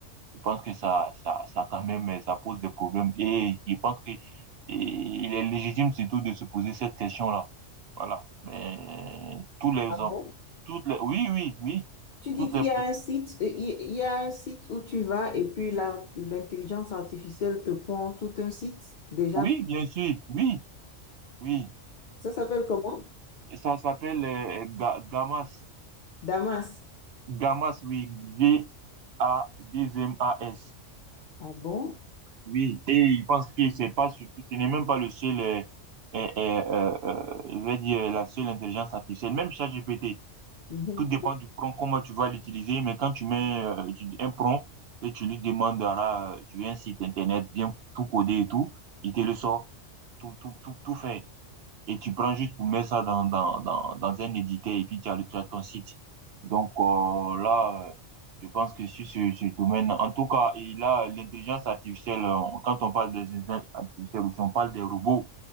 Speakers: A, on the right (about 60°); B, on the left (about 65°).
A: je pense que ça, ça, ça quand même, ça pose des problèmes. Et je pense que et il est légitime surtout de se poser cette question-là. Voilà. Mais tous les
B: Ah bon?
A: hommes, toutes les, oui, oui, oui,
B: Tu
A: toutes
B: dis qu'il
A: les,
B: y a un site, euh, il il y a un site où tu vas et puis la- l'intelligence artificielle te pond tout un site déjà.
A: oui, bien sûr, oui, oui.
B: Ça s'appelle comment?
A: Ça s'appelle euh, Ga- Gamas.
B: Damas.
A: Gamas, oui, G-A-D-M-A-S.
B: Ah bon?
A: Oui, et il pense qu'il c'est pas surtout, ce n'est même pas le seul, euh, euh, euh, euh, je vais dire, la seule intelligence artificielle, même ChatGPT,
B: Mhm.
A: tout dépend du prompt, comment tu vas l'utiliser, mais quand tu mets euh, tu- un prompt et tu lui demandes, ah là, euh, tu veux un site internet bien tout codé et tout, il te le sort, tout, tout, tout, tout fait et tu prends juste pour mettre ça dans, dans, dans, dans un éditeur et puis tu as, le- tu as ton site. Donc euh, là, euh, je pense que sur ce, ce domaine, en tout cas, et là, l'intelligence artificielle, euh, quand on parle des intelligences artificielles, aussi, on parle des robots.